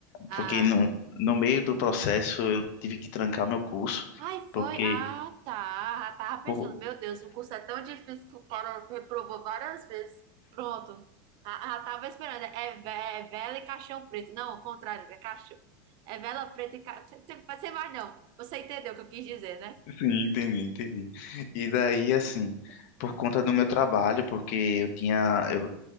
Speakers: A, on the right (about 50°); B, on the left (about 60°).
A: Ah.
B: Porque no, no meio do processo eu tive que trancar meu curso,
A: Ai, foi?
B: porque...
A: Ah, tá. Eu Tava pensando,
B: por-
A: meu Deus, o curso é tão difícil que o cara reprovou várias vezes. Pronto. Ah, ah, tava esperando. É, ve- é vela e caixão preto. Não, ao contrário, é caixão. É vela preta e caixão. Você vai, não. Você entendeu o que eu quis dizer, né?
B: sim, entendi, entendi. E daí, assim, por conta do meu trabalho, porque eu tinha eu,